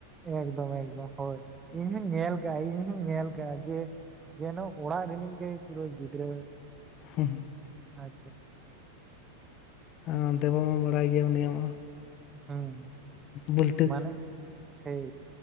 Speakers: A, on the right; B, on the left.
A: ᱮᱠᱫᱚᱢ ᱮᱠᱫᱚᱢ ᱦᱳᱭ ᱤᱧᱦᱩᱧ ᱧᱮᱞ ᱠᱟᱜᱼᱟ ᱤᱧᱦᱚ ᱧᱮᱞ ᱠᱟᱜᱼᱟ ᱡᱮ ᱡᱮᱱᱚ ᱚᱲᱟᱜ ᱨᱤᱱᱤᱧ ᱠᱟᱹ ᱯᱩᱨᱟᱹ ᱜᱤᱫᱽᱨᱟᱹ
B: ᱦᱩᱸ
A: ᱟᱪᱪᱷᱟ
B: ᱦ ᱫᱮᱵᱟ ᱢᱟ ᱵᱟᱲᱟᱭ ᱜᱮᱭᱟ ᱩᱱᱤᱭᱟᱜ ᱢᱟ
A: ᱦᱮᱸ
B: ᱵᱟᱹᱞᱴᱟᱹ
A: ᱢᱟᱱᱮ ᱥᱮᱭ